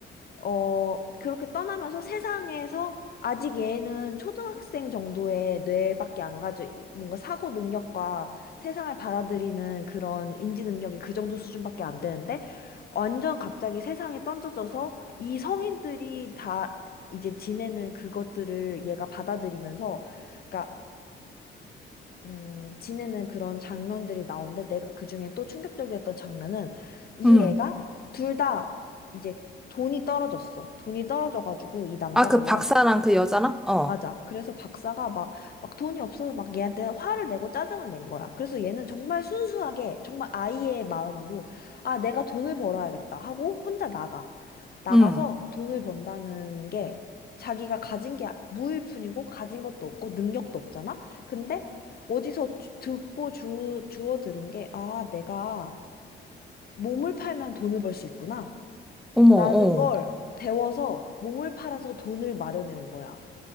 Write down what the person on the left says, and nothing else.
어, 그렇게 떠나면서 세상에서 아직 얘는 초등학생 정도의 뇌밖에 안 가져, 뭔가 사고 능력과 세상을 받아들이는 그런 인지 능력이 그 정도 수준밖에 안 되는데, 완전 갑자기 세상에 던져져서 이 성인들이 다 이제 지내는 그것들을 얘가 받아들이면서, 그러니까 음, 지내는 그런 장면들이 나오는데 내가 그중에 또 충격적이었던 장면은 이
애가 둘 다 이제 돈이 떨어졌어. 돈이 떨어져가지고 이 남자가
얘한테
맞아. 그래서 박사가 막, 막 돈이 없어서 막 얘한테 화를 내고 짜증을 낸 거야. 그래서 얘는 정말 순수하게 정말 아이의 마음으로 아, 내가 돈을 벌어야겠다 하고 혼자 나가. 나가서
돈을 번다는 게 자기가 가진 게 무일 뿐이고 가진 것도 없고 능력도 없잖아? 근데 어디서 주- 듣고 주, 주워 들은 게, 아, 내가 몸을 팔면 돈을 벌 수 있구나.
라는
걸 배워서 몸을 팔아서 돈을 마련해 온 거야.